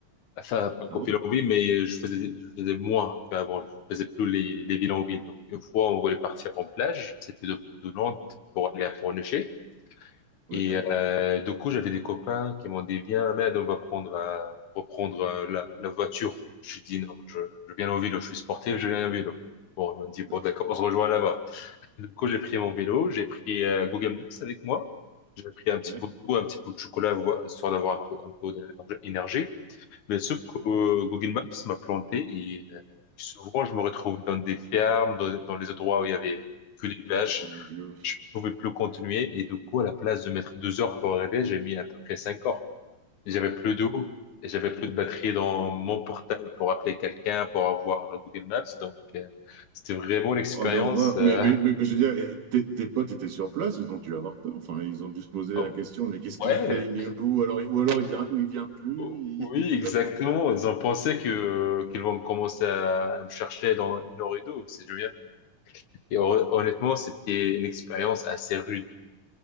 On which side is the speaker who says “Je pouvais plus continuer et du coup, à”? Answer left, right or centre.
Left